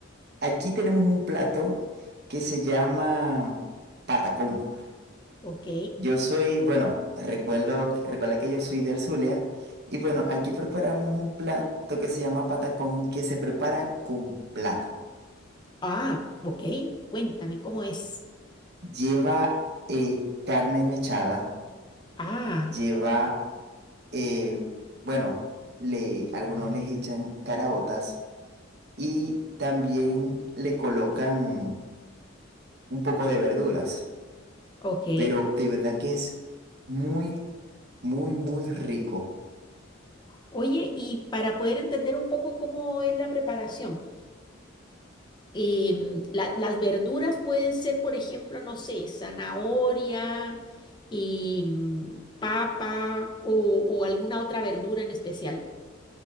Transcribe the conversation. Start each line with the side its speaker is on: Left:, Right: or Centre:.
Right: aquí tenemos un plato que se llama patacón.
Left: ¿Ok?
Right: Yo soy, bueno, recuerdo, recuerda que yo soy del Zulia y bueno, aquí preparamos un plato que se llama patacón que se prepara con plátano.
Left: Ah, ok. Cuéntame, ¿cómo es?
Right: Lleva eh, carne mechada,
Left: Ah,
Right: lleva, eh, bueno, le, algunos les echan caraotas y también le colocan un poco de verduras.
Left: ok.
Right: pero de verdad que es muy, muy, muy rico.
Left: Oye, y para poder entender un poco cómo es la preparación, em, la- las verduras pueden ser, por ejemplo, no sé, zanahoria, y mm, papa o, o alguna otra verdura en especial.